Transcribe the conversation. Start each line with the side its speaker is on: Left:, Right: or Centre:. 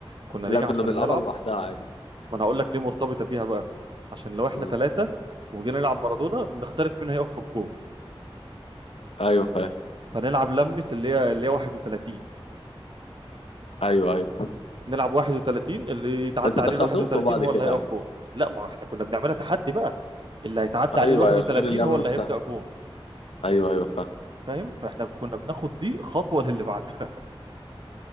Right: كنا
Left: لا
Right: نيجي
Left: كنا
Right: عشان
Left: بنلعبها
Right: نلعب
Left: لوحدها عادي
Right: ما انا هقول لك ليه مرتبطه بيها بقى عشان لو احنا
Left: مم.
Right: ثلاثه وجينا نلعب مارادونا بنختلف مين هيقف في الجون
Left: ايوه فاهم
Right: فنلعب لمس اللي هي اللي هي 31
Left: ايوه ايوه
Right: نلعب 31 اللي يتعدى
Left: انت
Right: عليه
Left: دخلتهم
Right: ال 31
Left: في بعض
Right: هو
Left: كده
Right: اللي هيقف
Left: يعني
Right: جون لا ما احنا كنا بنعملها تحدي بقى اللي هيتعدى عليه
Left: ايوه
Right: ال 31
Left: غير اللعبه
Right: هو
Left: نفسها
Right: اللي هيبدأ جون
Left: ايوه ايوه فاهم
Right: فاهم فاحنا كنا بناخد دي خطوه للي بعدها